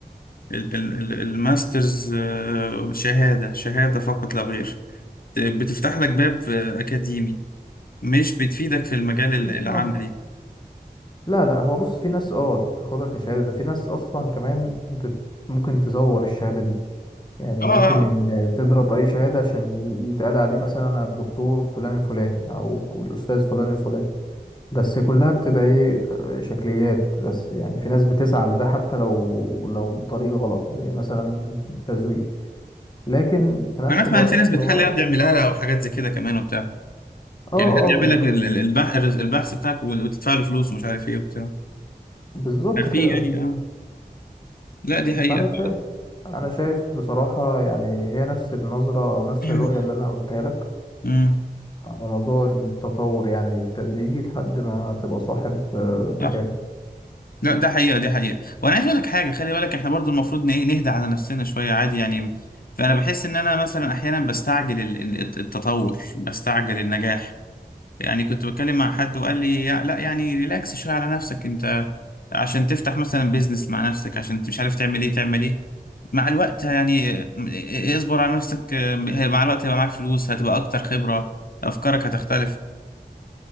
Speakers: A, on the left; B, on the left.
A: ال- ال- ال- الماسترز آه، شهاده شهاده فقط لا غير بتفتح لك باب آه، اكاديمي مش بتفيدك في المجال ال-
B: بالظبط
A: العملي
B: لا لا هو بص في ناس اه تاخدها كشهادة ده في ناس اصلا كمان بت ممكن تزور الشهادة دي يعني
A: اه
B: ممكن
A: آه.
B: إن تضرب أي شهادة عشان يتقال عليه مثلا الدكتور فلان الفلاني أو الأستاذ فلان الفلاني بس كلها بتبقى إيه آه، شكليات بس يعني في ناس بتسعى لده حتى لو لو بطريقة غلط زي مثلا التزوير لكن في نفس
A: انا اسمع
B: الوقت
A: ان في ناس بتحل
B: هو
A: يد يعملها لها او حاجات زي كده كمان وبتاع
B: اه
A: يعني حد يعمل
B: اه بالظبط
A: لك ال- ال- البح- البحث بتاعك وال- وتدفع له فلوس ومش عارف ايه وبتاع
B: بالظبط
A: في
B: كده
A: يعني اه لا دي حقيقه
B: فأنا شايف أنا شايف بصراحة يعني هي نفس النظرة أو نفس
A: <clears throat>
B: الرؤية اللي أنا قلتها لك
A: مم.
B: على موضوع التطور يعني التدريجي لحد ما تبقى صاحب آه، مكان
A: صح لا ده حقيقة دي حقيقة وانا عايز اقول لك حاجة خلي بالك احنا برضو المفروض نه- نهدى على نفسنا شوية عادي يعني فانا بحس ان انا مثلا احيانا بستعجل ال- ال- التطور بستعجل النجاح يعني كنت بتكلم مع حد وقال لي يا- لا يعني ريلاكس شوية على نفسك انت عشان تفتح مثلا بيزنس مع نفسك عشان انت مش عارف تعمل ايه تعمل ايه مع الوقت يعني اه، اصبر على نفسك اه، مع الوقت هيبقى معاك فلوس هتبقى اكتر خبرة افكارك هتختلف